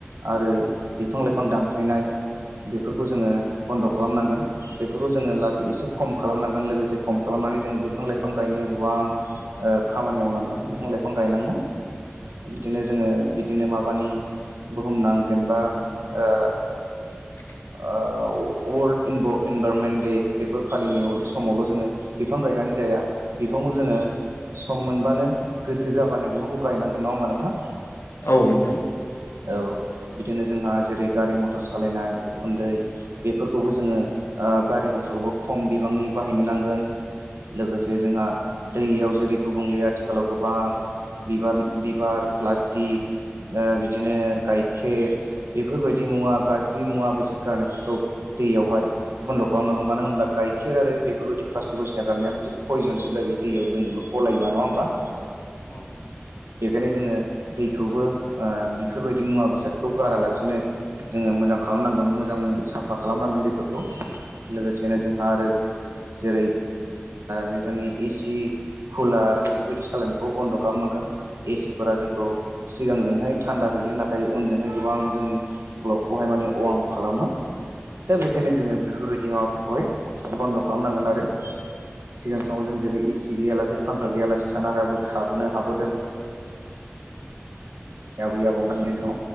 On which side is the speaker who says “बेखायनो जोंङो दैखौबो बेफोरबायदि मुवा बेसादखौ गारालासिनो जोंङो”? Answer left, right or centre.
Right